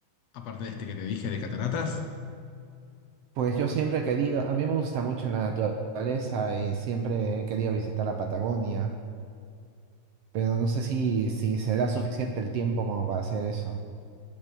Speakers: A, on the left; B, on the right.
A: Aparte de este que te dije de cataratas.
B: Pues yo siempre he querido, a mí me gusta mucho la naturaleza y siempre he querido visitar la Patagonia, pero no sé si,
A: Bu-
B: si será suficiente el tiempo como para hacer eso.